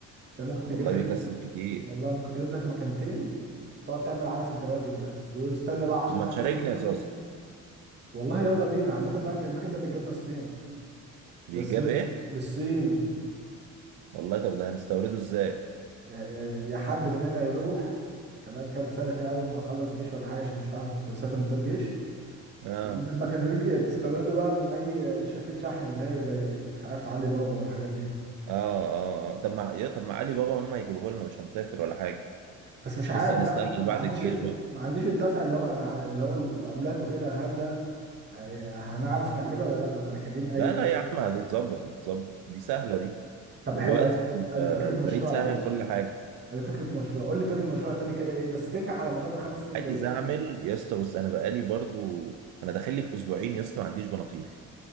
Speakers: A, on the right; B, on the right.
A: انت ممكن تجيب
B: والله
A: لك
B: بيكسب
A: مك...
B: كتير
A: والله ممكن تجيب لك مكانتين وتقعد تعمل علف الدواجن ده واستنى بقى 10
B: طب ما
A: خمس
B: تشاركني
A: سنين
B: يا
A: كده
B: اساسا
A: والله يلا بينا عامه المك... المكن ده بيتجاب من الصين
B: بيجاب
A: بس م...
B: ايه
A: من الصين
B: والله طب ده هنستورده ازاي
A: آه، يعني يا حد مننا يروح كمان كام سنه كده اول ما نخلص جيش ولا حاجه عشان مش هتعرف تسافر من غير جيش
B: اه
A: تجيب المكن ويجي تستورده بقى من اي شركه شحن اللي هي زي مش عارف علي بابا والحاجات دي
B: اه اه آه. طب ما يا طب ما علي بابا هم هيجيبوه لنا مش هنسافر ولا حاجه
A: بس
B: مش
A: مش عارف
B: لسه هنستنى
A: بقى
B: لبعد
A: ما عنديش
B: الجيش
A: ال... ما عنديش الدفع اللي هو انا ع- اللي هو العملات وكده هل ده هي- هنعرف نعمله ولا لا ولا محتاجين اي
B: لا لا يا عم هتتظبط هتتظبط دي سهله دي
A: طب
B: دلوقتي
A: حلو ادي
B: ال-
A: أدي
B: البريد
A: فكرة مشروع
B: سهل
A: يا باشا
B: كل حاجه
A: ادي فكرة مشروع قول لي فكرة مشروع تاني كده ايه بس تنجح على مدار الخمس سنين
B: عايز
A: جايين
B: اعمل يا اسطى بص انا بقالي برضو انا داخل لي في اسبوعين يا اسطى ما عنديش بناطيل